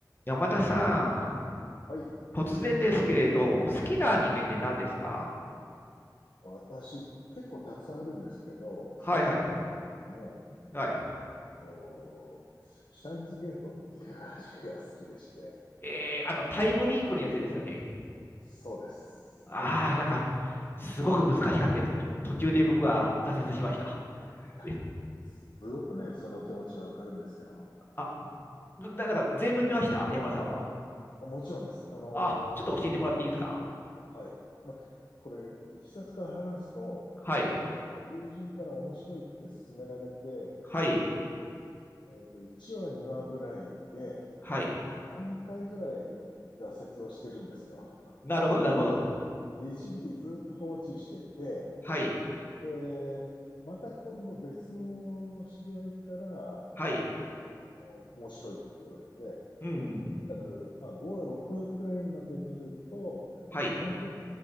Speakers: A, on the left; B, on the left.
A: 山田さ
B: はい。
A: ん、突然ですけれど、好きなアニメって何ですか
B: 私、結構たくさんあるんですけど、
A: はいはい。
B: そんでも、
A: はい。
B: おシュタインズゲートっていう味が好きでして、
A: えー、あの、タイムリープのやつですよね。
B: そうです。
A: ああ、なんか、すごく難しかったやつ。途中で僕は挫折しました。
B: いや、
A: え、
B: すごくね、その気持ちはわかるんですよ。
A: あ、な、なんか全部見ました、山田さんは。
B: もちろんです。あの
A: あ、ちょっと教えてもらっていいですか
B: ーはい。ま、これ、いきさつから話すと、
A: はい。
B: 私の友人から面白いって勧められて見て、
A: はい。
B: えっと、1話、2話ぐらいで、
A: はい。
B: 何回ぐらい挫折をしてるんですよ。
A: なるほど、なるほど。
B: で、一時期ずっと放置してて、
A: はい。
B: で、また今度別の知り合いから、あ
A: はい。
B: の面白いって言われて、
A: うん。
B: 約、まあ、5話、6話ぐらいまで見ると、
A: はい。
B: なんと